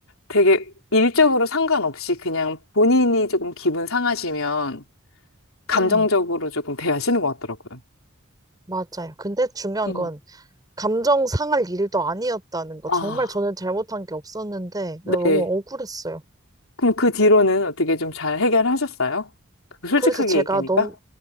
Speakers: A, on the left; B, on the right.
A: 되게 일적으로 상관없이 그냥 본인이 조금 기분 상하시면 감정적으로
B: 음,
A: 조금 대하시는 것 같더라고요.
B: 맞아요. 근데 중요한
A: 음.
B: 건 감정 상할 일도 아니었다는 거.
A: 아,
B: 정말 저는 잘못한 게 없었는데
A: 네.
B: 너무 억울했어요.
A: 그럼 그 뒤로는 어떻게 좀 잘 해결하셨어요? 솔직하게
B: 그래서 제가
A: 얘기하니까?
B: 너무